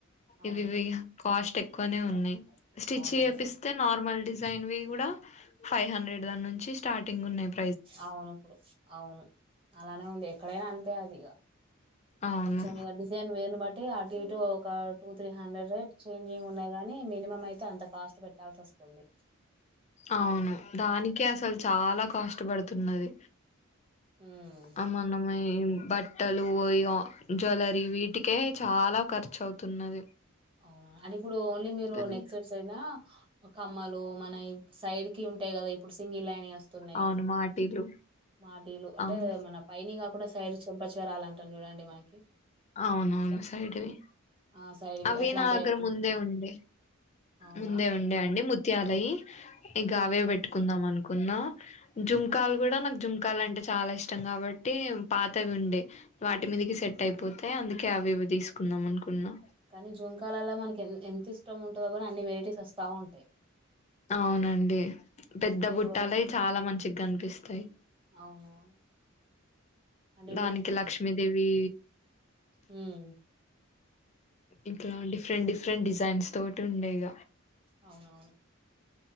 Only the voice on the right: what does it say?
అవును
అవునండికా
అవునప్పుడు అవును అలానే ఉంది. ఎక్కడైనా అంతే అది ఇగ
కొంచెం ఇక డిజైన్ వేరుని బట్టి అటు ఇటు ఒక two three hundred rate change అయ్ ఉన్నాయ్ గాని మినిమం అయితే అంత కాస్ట్ పెట్టాల్సి వస్తుంది. ఆ
ఉమ్
అవునా అండ్ ఇప్పుడు ఓన్లీ మీరు
నెక్స్ సెట్స్సేనా కమ్మలు మనయ్ సైడ్ కి ఉంటాయ్ కదా ఇప్పుడు సింగిల్ లైన్ గా తున్నాయ్.
మాటీలు అంటే
మన పైనియ్ కాకుండా సైడ్ చంపచ చరాలంటాం చూడండి మనకి
అట్లా
ఆ సైడ్వి
అట్లాంటివి
ఏమన్నా
అవునా
ఉమ్
కానీ జూంకాలల్లో మనకి ఎం ఎంత ఇష్టం ఉంటదో కానీ అన్ని వెరైటీస్ వస్తా ఉంటాయ్.
అంటే
ఇప్పుడు
అవునవును. అంటే
మ్మ్
అవునవును.